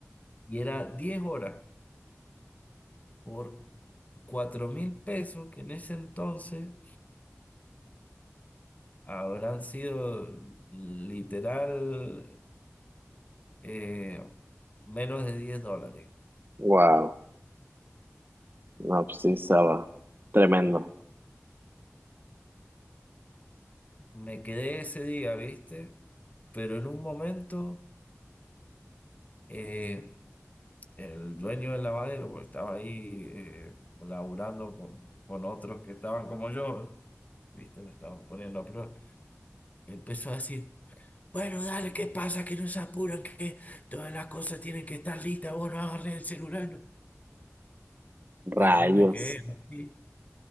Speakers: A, on the left; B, on the right.
A: y era 10 horas por cuatro mil pesos, que en ese entonces habrán sido literal eh, menos de 10 dólares.
B: wow. No, pues sí, estaba tremendo.
A: Me quedé ese día, ¿viste? Pero en un momento eh, el dueño del lavadero pues, estaba ahí eh, laburando con, con otros que estaban como yo, ¿viste? Me estaban poniendo a prueba. Empezó a decir, bueno, dale, ¿qué pasa? Que no se apuran, que todas las cosas tienen que estar listas, vos no agarrés el celular. no". Y
B: Rayos.
A: yo me quedé así.